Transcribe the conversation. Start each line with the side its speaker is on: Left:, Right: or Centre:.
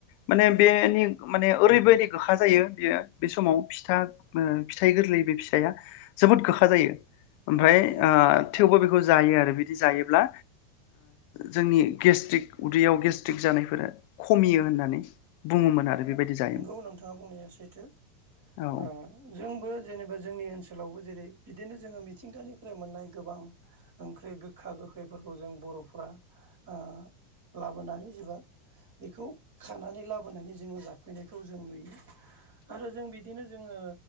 Left: माने
Right: औ
Left: बेनि माने ओरैबायदि गोखा जायो बेयो बे समाव फिथा फिथाइ गोरलै बे फिथाइया जोबोद गोखा जायो। ओमफ्राय
Right: नंगौ नोंथां
Left: ओ थेवबो बेखौ जायो आरो बिदि जायोब्ला जोंनि गेस्ट्रिक उदैयाव गेस्ट्रिक जानायफोरा खमियो होननानै। बुङोमोन आरो बेबायदि जायोमोन।
Right: गौ नोंथाङा बुंनाया सैथो
Left: औ
Right: ओ जोंबो जेनेबा जोंनि ओनसोलावबो जेरै बिदिनो जोङो मिथिंगानिफ्राय मोननाय गोबां ओंख्रि गोखा गोखैफोरखौ जों बर'फोरा ओ लाबोनानै जेबा बेखौ खानानै लाबोनानै जोङो जाफैनायखौ जों नुयो। आरो जों बिदिनो जोङो